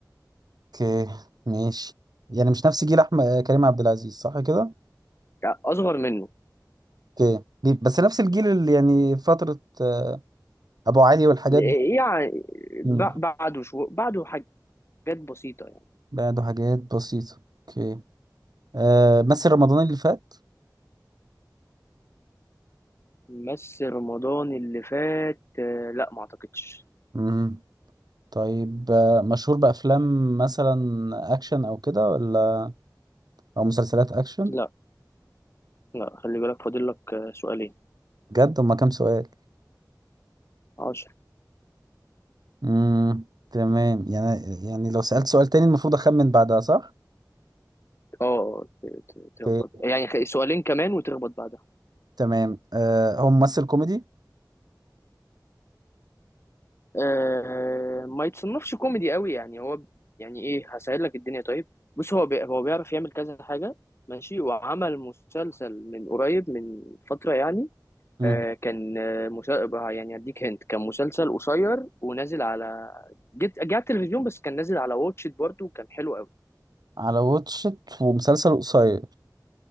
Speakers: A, on the right; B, on the left.
A: اوكي ماشي يعني مش نفس جيل احمد آه، كريم عبد العزيز صح كده
B: يعني اصغر منه
A: اوكي بي- بس نفس الجيل اللي يعني فترة آه، ابو علي والحاجات
B: إيه،
A: دي
B: يعني
A: مم.
B: ب- بعده شو بعده حاجات بسيطه يعني
A: بعده حاجات بسيطة اوكي أه مثل رمضان اللي فات
B: بس رمضان اللي فات أه لا ما اعتقدش
A: مم. طيب آه، مشهور بافلام مثلا اكشن او كده ولا او مسلسلات اكشن
B: لا لا خلي بالك فاضل لك آه، سؤالين
A: بجد هما كام سؤال
B: عشر
A: مم. تمام يعني يعني لو سألت سؤال تاني المفروض اخمن بعدها صح
B: اه ت- ت- تخبط
A: اوكي
B: يعني خ- سؤالين كمان وتخبط بعد
A: تمام أه هو ممثل كوميدي
B: آه ما يتصنفش كوميدي قوي يعني هو يعني ايه هسهل لك الدنيا طيب بص هو بي هو بيعرف يعمل كذا حاجة ماشي وعمل مسلسل من قريب من فترة يعني
A: مم.
B: آه كان آه مسل... يعني هديك هنت كان مسلسل قصير ونازل على جت جه على التلفزيون بس كان نازل على واتش إت برضه وكان حلو قوي
A: على واتشت ومسلسل قصير